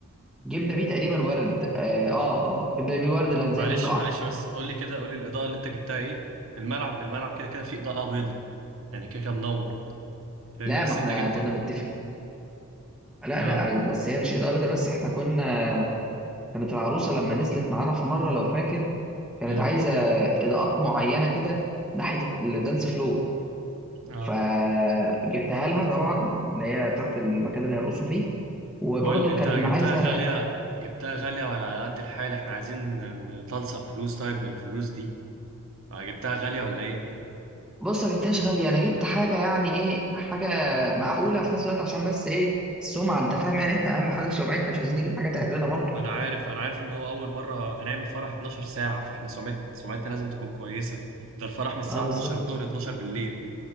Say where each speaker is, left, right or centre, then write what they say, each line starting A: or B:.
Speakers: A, in the centre; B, on the right (about 65°).
A: جبنا بيه تقريبا ورد اه اه آه، جبنا بيه ورد اللي هنزين
B: معلش
A: بيه القاعة
B: معلش بس قول لي كده قول لي الاضاءه اللي انت جبتها ايه الملعب الملعب كده كده فيه اضاءه بيضاء يعني كده كده منور فاهمني
A: لا
B: بس
A: ما احنا
B: انت جبت
A: كنا
B: ال
A: متفقين لا
B: اه
A: لا بس هي مش إضاءة بيضاء بس احنا كنا كانت العروسة لما نزلت معانا في مرة لو فاكر كانت
B: امم
A: عايزه اضاءات معينه كده ناحيه الدانس فلور
B: اه
A: فجبتها لها طبعا اللي هي بتاعت المكان اللي هيرقصوا فيه وبرضه
B: بقول انت
A: كان
B: جبتها
A: عايزه
B: غاليه جبتها غالية وعلى قد الحال احنا عايزين نتلصق فلوس طيب من الفلوس دي آه، جبتها غالية ولا ايه؟
A: بص ما جبتهاش غاليه انا جبت حاجه يعني ايه حاجه معقوله في نفس الوقت عشان بس ايه السمعه انت فاهم يعني احنا اهم حاجه سمعتنا مش عايزين نجيب حاجه تعرنا برضه
B: انا عارف انا عارف ان هو اول مرة هنعمل فرح 12 ساعة فاحنا سمعت سمعتنا لازم تكون كويسة ده الفرح من الساعة
A: اه بالظبط
B: 12 الظهر 12 بالليل